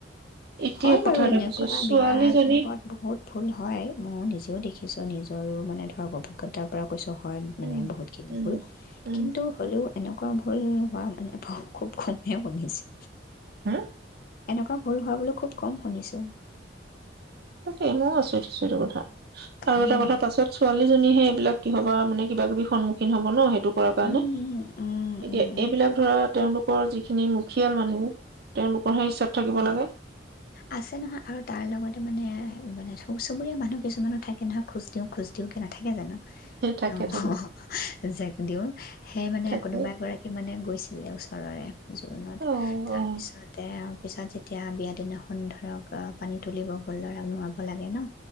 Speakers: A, on the right; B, on the left.
A: এতিয়া
B: হ'য় বাৰু
A: কথা এটা
B: এনেকুৱা।
A: কৈছো ছোৱালীজনী
B: বিয়াৰ পূৰ্বত বহুত ভুল হয়। মই নিজেও দেখি কিছু নিজৰো মানে ধৰক অভিজ্ঞতাৰ পৰা কৈছোঁ হ'য় মানে
A: উম
B: বহুতখিনি
A: উম
B: ভুল,
A: উম
B: কিন্তু হ'লেও এনেকুৱা ভুল হোৱা মানে খুব কমহে শুনিছো।
A: হম
B: এনেকুৱা ভুল হোৱা বুলি খুব কম শুনিছোঁ।
A: ত মইও আচৰিত হৈছে এইটো কথা। আৰু
B: উম
A: এটা কথা, পাছত ছোৱালীজনীহে এইবিলাক কিহবা মানে কিবা কিবি সন্মুখ সি হবনো সেইটো কৰাৰ কাৰণে।
B: উম উম
A: এতিয়া
B: উম
A: এইবিলাক ধৰা তেওঁলোক ক' যি যিখিনি মুখিয়াল মানুহ, তেওঁলোকৰহে ইচ্ছাতো থাকিব
B: এ
A: লাগে।
B: আছে নহয় আৰু তাৰ লগতে মানে, মানে চুবু চুবুৰীয়া মানুহ কিছুমানো থাকে নহয়। খোজ দিওঁ, খোজ দিওঁ কেনেকা নাথাকে জানো?
A: থাকে
B: অ',
A: থাকে
B: অ'। জেক দিওঁ, সেই মানে
A: থাকে
B: কোনোবা এগৰাকী মানে গৈছিলে ওচৰৰে জোৰোণত।
A: অ
B: তাৰপিছতে
A: অ
B: পিছত যেতিয়া বিয়াৰ দিনা ধৰক পানী তুলিব গ'ল, ল'ৰাক নোৱাব লাগে নো?